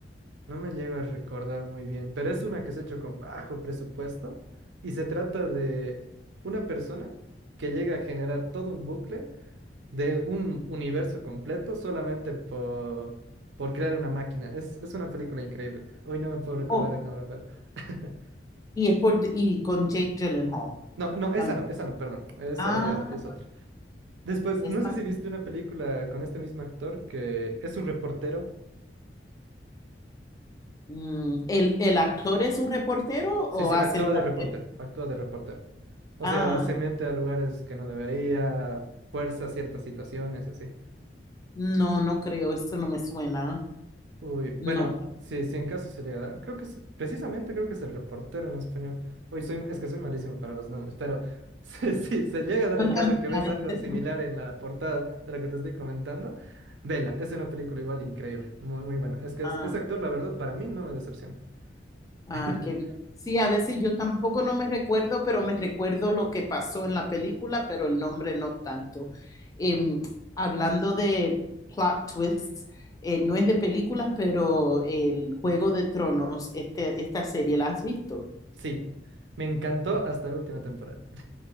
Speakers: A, on the right (about 80°); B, on the left (about 20°).
A: No me llego a recordar muy bien, pero es una que se ha hecho con bajo presupuesto y se trata de una persona que llega a generar todo un bucle de un universo completo solamente por, por crear una máquina. Es, es una película increíble. Hoy no me puedo recordar
B: Oh,
A: el nombre, pero... <laughs>
B: y es por, y con Jake Gyllenhaal
A: No, no, esa
B: también.
A: no, esa no, perdón. Esa
B: Ah.
A: ya, ya es otra. Después,
B: Esa-
A: no sé si viste una película con este mismo actor que es un reportero.
B: mm, ¿el, el actor es un reportero
A: Sí,
B: o
A: sí,
B: hace
A: actúa
B: el papel?
A: de reportero, actúa de reportero. O
B: Ah,
A: sea, se mete a lugares que no debería, fuerza ciertas situaciones y así.
B: no, no creo, eso no me suena.
A: Uy,
B: No,
A: bueno, sí, sí, en caso se llega a dar. Creo que es, precisamente creo que es el reportero en español. Uy, soy, es que soy malísimo para los nombres, pero <laughs> sí, sí, se llega a dar
B: yo también
A: el caso que ves
B: a veces
A: algo similar
B: no-
A: en la portada de la que te estoy comentando. Vela, es una película igual increíble, muy, muy buena. Es que
B: Ah,
A: es- ese actor, la verdad, para mí no me decepciona.
B: ah,
A: <laughs>
B: qué bien. Sí, a veces yo tampoco no me recuerdo, pero me recuerdo lo que pasó en la película, pero el nombre no tanto. Eh, hablando de plot twists, eh, no es de películas, pero el Juego de Tronos, este, esta serie, ¿la has visto?
A: Sí, me encantó hasta la última temporada.